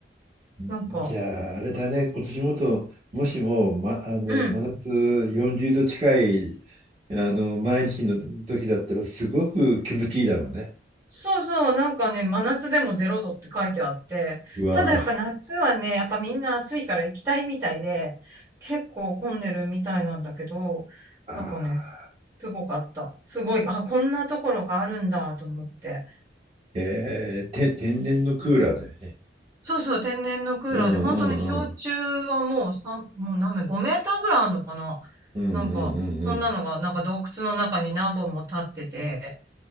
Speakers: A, on the right (about 35°); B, on the right (about 15°).
A: じゃあ、
B: なんか、
A: あれだね、今年もと、もしも、ま、あの、
B: うん。
A: 真夏40度近い、あの、毎日の時だったら、すごく気持ちいいだろうね。
B: そうそう、なんかね、真夏でもゼロ度って書いてあって、
A: うわ
B: ただやっぱ夏はね、やっぱみんな暑いから行きたいみたいで、結構混んでるみたいなんだけど、
A: ああ。
B: なんかね、すごかった。すごい、あ、こんなところがあるんだと思って。
A: えー、て、天然のクーラーだよね。
B: そうそう、天然のクーラーで、
A: うんうんうん。
B: 本当に氷柱はもう3、もう何メ、5メーターぐらいあるのかな
A: うんうんうんうん。
B: なんか、そんなのが、なんか洞窟の中に何本も立ってて、